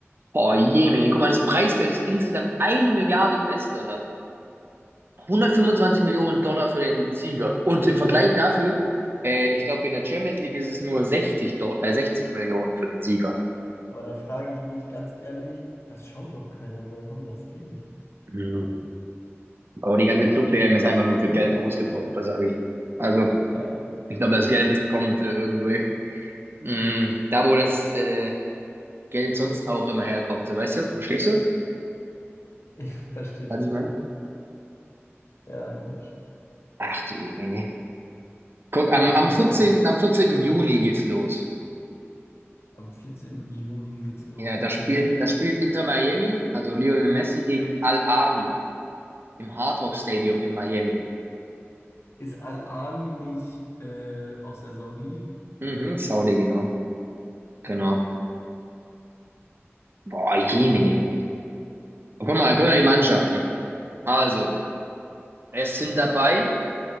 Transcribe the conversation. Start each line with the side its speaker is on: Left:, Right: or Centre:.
Right: Oh je, Mann. guck mal, das Preisgeld ist insgesamt eine Milliarde US-Dollar. 125 Millionen Dollar für den Sieger. Und im Vergleich dafür, äh, ich glaube, in der Champions League ist es nur 60, Do äh, 60 Millionen für den Sieger.
Left: aber da frage ich mich ganz ehrlich, das schaut doch keiner, woher kommt das Geld?
Right: Mhm. Aber die ganze Club-WM ist einfach nur für Geld ausgebaut, das sage ich. Also,
Left: Ja,
Right: ich glaube, das Geld kommt äh, irgendwie mh, da, wo das äh, Geld sonst auch immer herkommt. So, weißt du, verstehst du,
Left: ich verstehe
Right: was
Left: total.
Right: ich meine?
Left: Ja, logisch.
Right: Ach, die Jemine. Guck, am,
Left: Ja,
Right: am
Left: und,
Right: 14.,
Left: und
Right: am 14. Juni geht's los.
Left: am 14. Juni geht's los,
Right: Ja, das
Left: okay.
Right: spielt, das spielt Inter Miami, also Lionel Messi gegen Al-Ahli
Left: Ja.
Right: im Hard Rock Stadium in Miami.
Left: Ist Al-Ali nicht äh, aus der Saudi League?
Right: Mhm, Saudi, genau. Genau. Boah, Jemine. Guck mal, guck mal die Mannschaften. Also, es sind dabei